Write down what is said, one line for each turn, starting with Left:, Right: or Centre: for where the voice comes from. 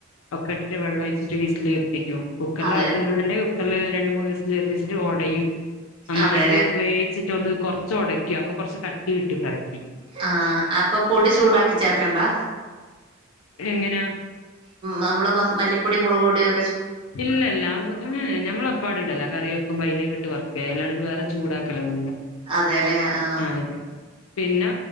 Left: ഒക്കെ ഇട്ടിട്ട് വെള്ളം ഒഴിച്ചിട്ട് വിസിലടിപ്പിക്കും കുക്കറിലാ
Right: അതെ
Left: വെക്കുന്നതി ല് രണ്ട് മൂന്ന് ദിവസം ചേർത്തിച്ചിട്ട് ഒടയും നന്നായിട്ട്
Right: അതേല്ലെ
Left: വേവിച്ചി ഒന്ന് കുറച്ച് ഉടക്ക അപ്പൊ കുറച്ച് കട്ടി കിട്ടും കറിയ്ക്ക്
Right: ആഹ് അപ്പൊ പൊടി ചൂടാക്കി ചേർക്കണ്ടാ
Left: എങ്ങനാ
Right: നമ്മള് മല്ലിപ്പൊടി മുളക് പൊടിയെ
Left: ഇല്ല ഇല്ല അ ഞമ്മൾ അപ്പാട് ഇടല കറി വെക്കും പോലേക്ക് അതിലിട്ട് വറക്കും <unintelligible> വേറെ ചൂടാക്കലൊന്നുമില്ല
Right: അതേല്ലെ ആഹ്
Left: ആ അതെ പിന്നെ